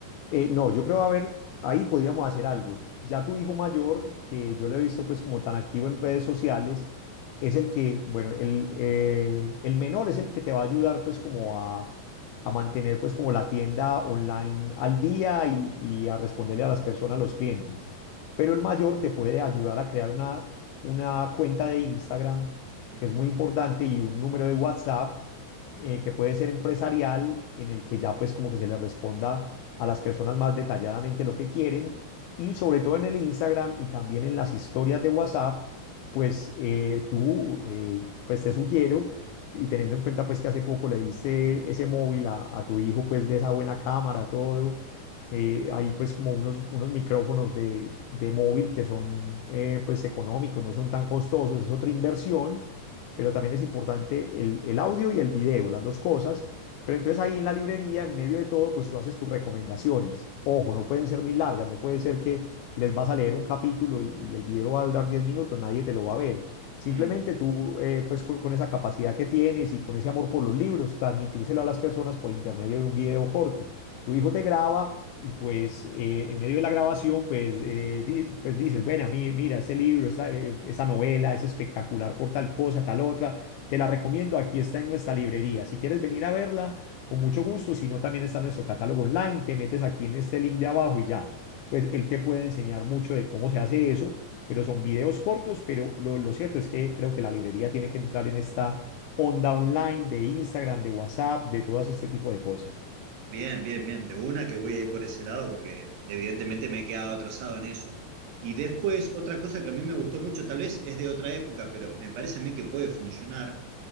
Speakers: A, on the left (about 80°); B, on the right (about 75°).
A: Eh, no, yo creo, a ver, ahí podríamos hacer algo. Ya tu hijo mayor, que yo lo he visto pues como tan activo en redes sociales, es el que, bueno, el, eh, el menor es el que te va a ayudar pues como a, a mantener pues como la tienda online al día y, y a responderle a las personas, a los clientes. Pero el mayor te puede ayudar a crear una, una cuenta de Instagram,
B: Mm,
A: que es muy importante, y un número de WhatsApp, eh, que puede ser empresarial, en el que ya pues como que se le responda a las personas más detalladamente lo que quieren y sobre todo en el Instagram y también en las historias de WhatsApp, pues eh, tú, eh, pues te sugiero y teniendo en cuenta pues que hace poco le diste ese móvil a, a tu hijo pues de esa buena cámara, todo, eh, hay pues como unos, unos micrófonos de, de móvil que son eh, pues económicos, no son tan costosos, es otra inversión, pero también es importante el, el audio y el video, las dos cosas. Pero entonces ahí en la librería, en medio de todo, pues tú haces tus recomendaciones. Ojo, no pueden ser muy largas, no puede ser que les vas a leer un capítulo y, y el video va a durar 10 minutos, nadie te lo va a ver. Simplemente
B: mm.
A: tú, eh, pues con, con esa capacidad que tienes y con ese amor por los libros, transmitírselo a las personas por intermedio de un video corto. Tu hijo te graba y pues eh, en medio de la grabación, pues, eh, di- pues dices, bueno, mi- mira, este libro, esta, eh, esta novela es espectacular por tal cosa, tal otra, te la recomiendo, aquí está en nuestra librería. Si quieres venir a verla con mucho gusto, si no, también está nuestro catálogo online. Te metes aquí en este link de abajo y ya, pues él te puede enseñar mucho de cómo se hace eso, pero son videos cortos, pero lo, lo cierto es que creo que la librería tiene que entrar en esta onda online de Instagram, de WhatsApp, de todas este tipo de cosas.
B: Bien, bien, bien. De una que voy a ir por ese lado porque evidentemente me he quedado atrasado en eso. Y después, otra cosa que a mí me gustó mucho, tal vez es de otra época, pero me parece a mí que puede funcionar,